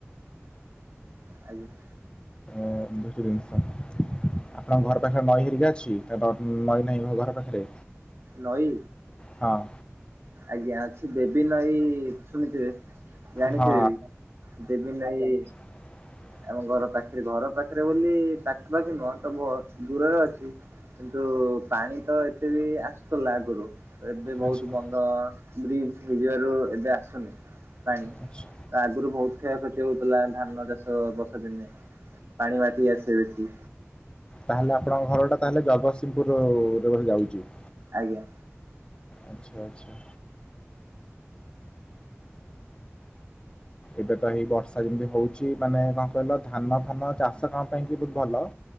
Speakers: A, on the right (about 60°); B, on the left (about 20°).
A: ଆଜ୍ଞା।
B: ଆଁ ଭିତୁରିନିସ ଆପଣଙ୍କ ଘର ପାଖରେ ନଈ ହେରିକା ଅଛି ନା ନଈ ନାହିଁ ଘର ପାଖରେ।
A: ନଈ
B: ହଁ
A: ଆଜ୍ଞା ଅଛି ଦେବି ନଈ ଶୁଣିଥିବେ? ଜାଣିଥିବେ
B: ହଁ
A: ବି ଦେବି ନଇ
B: ହ
A: ଆମ ଘର ପାଖରେ ଘର ପାଖରେ ବୋଲି ପାଖପାଖି ନୁହଁ ତ ଦୂରରେ ଅଛି। କିନ୍ତୁ ପାଣି ତ ଏତେ ବି ଆସୁଥିଲା ଆଗରୁ ଏବେ
B: ଆଚ୍ଛା
A: ବହୁତ ବନ୍ଧ ବ୍ରିଜ ହେଇଯିବାରୁ ଏବେ ଆସୁନି ପାଣି।
B: ଆଛା।
A: ତା ଆଗରୁ ବହୁତ କ୍ଷୟ କ୍ଷତି ହଉଥିଲା ଧାନ ଚାଷ ବର୍ଷା ଦିନେ ପାଣି ମାଟି ଆସେ ବେଶି।
B: ତାହେଲେ ଆପଣଙ୍କ ଘରଟା ତାହେଲେ ଜଗତସିଂହପୁର ରୋରେ ଯାଉଛି।
A: ଆଜ୍ଞା।
B: ଆଛା ଆଛା। ଏବେ ତ ହେଇ ବର୍ଷା ଯେମିତି ହୋଉଚି ମାନେ କଣ କହିଲ ଧାନ ଫାନ ଚାଷ କାମ ପାଇଁ କି କିନ୍ତୁ ଭଲ।